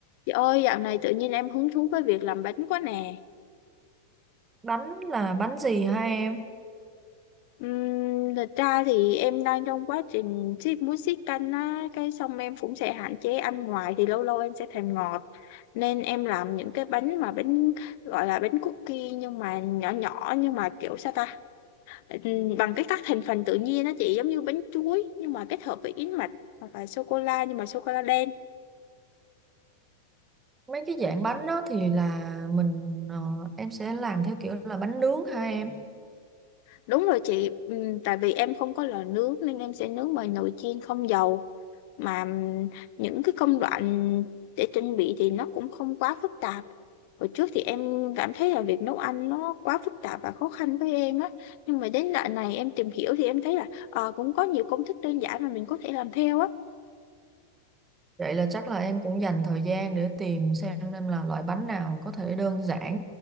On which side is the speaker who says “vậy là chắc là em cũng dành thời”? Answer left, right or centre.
Right